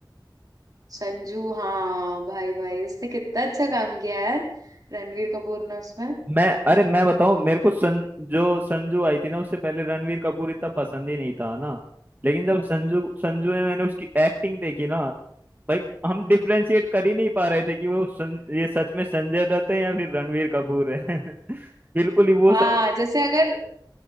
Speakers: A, on the right; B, on the right.
A: संजू हाँ भाई भाई उसने कितना अच्छा काम किया है यार रणवीर कपूर ने उसमें
B: मैं अरे मैं बताऊं मेरे को सं, जो संजू आई थी ना उससे पहले रणवीर कपूर इतना पसंद ही नहीं था ना लेकिन जब संजू संजू में मैंने उसकी एक्टिंग देखी ना भाई हम डिफ्रेंशिएट कर ही नहीं पा रहे थे कि वो सं, ये सच में संजय दत्त है या फिर रणवीर कपूर है <laughs> बिल्कुल ही वो
A: हाँ
B: स-
A: जैसे अगर